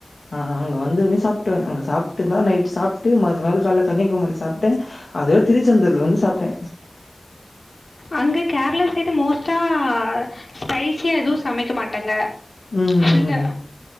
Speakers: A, on the left (about 80°); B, on the left (about 65°).
A: அ அ அங்க வந்ததுமே சாப்டே அங்க சாப்ட்டதுதா நைட் சாப்ட்டு மறுநாள் கால்ல கன்னியாகுமரில சாப்ட்டே அதுவே திருச்செந்தூர்ல வந்து சாப்ட்டே
B: அங்க கேரளா சைடு மோஸ்ட்டா ஸ்பைசியா எதுவு சமைக்க மாட்டாங்க
A: ம்
B: ஃபுல்ல
A: ம் ம்